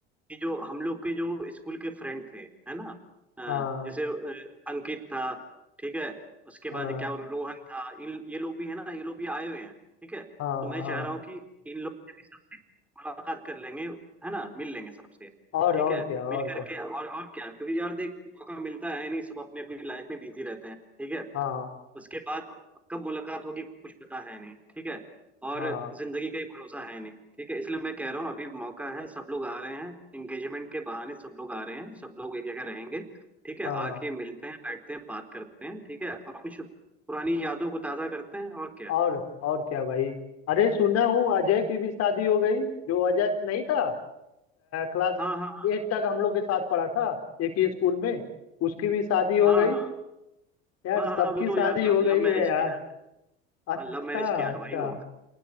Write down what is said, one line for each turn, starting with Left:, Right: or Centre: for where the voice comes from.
Centre: कि जो हम लोग के जो स्कूल के फ्रेंड थे है ना अ,
Left: हाँ
Centre: जैसे अ, अंकित था ठीक है उसके
Left: हाँ
Centre: बाद क्या रोहन था इन ये लोग भी है ना ये लोग भी आए हुए हैं ठीक है
Left: हाँ
Centre: तो मैं चाह
Left: हाँ
Centre: रहा हूँ कि इन लोग से भी सबसे मुलाकात कर लेंगे है ना मिल लेंगे सबसे
Left: और
Centre: ठीक
Left: और
Centre: है
Left: क्या और
Centre: मिल करके
Left: क्या
Centre: और और क्या क्योंकि यार देख मौका मिलता है नहीं सब अपनी अपनी लाइफ में बिजी रहते हैं ठीक है
Left: हाँ
Centre: उसके बाद कब मुलाकात होगी कुछ पता है नहीं ठीक है और
Left: हाँ
Centre: जिंदगी का ही भरोसा है नहीं ठीक है इसलिए मैं कह रहा हूँ अभी मौका है सब लोग आ रहे हैं एंगेजमेंट के बहाने सब लोग आ रहे हैं सब लोग एक जगह रहेंगे ठीक है
Left: हाँ
Centre: आके मिलते हैं बैठते हैं बात करते हैं ठीक है और कुछ पुरानी यादों को ताजा करते हैं और क्या
Left: और और क्या भाई अरे सुना हूँ अजय की भी शादी हो गई जो अजय नहीं था क्लास
Centre: हाँ हाँ
Left: एट तक हम लोग के साथ पढ़ा था एक ही स्कूल में उसकी भी शादी हो
Centre: हाँ
Left: गई
Centre: हाँ
Left: यार
Centre: हाँ
Left: सबकी
Centre: हाँ हाँ वो तो
Left: शादी
Centre: यार
Left: हो गई
Centre: लव मैरिज
Left: है यार
Centre: किया है
Left: अच्छा
Centre: हाँ लव मैरिज किया
Left: अच्छा
Centre: है भाई वो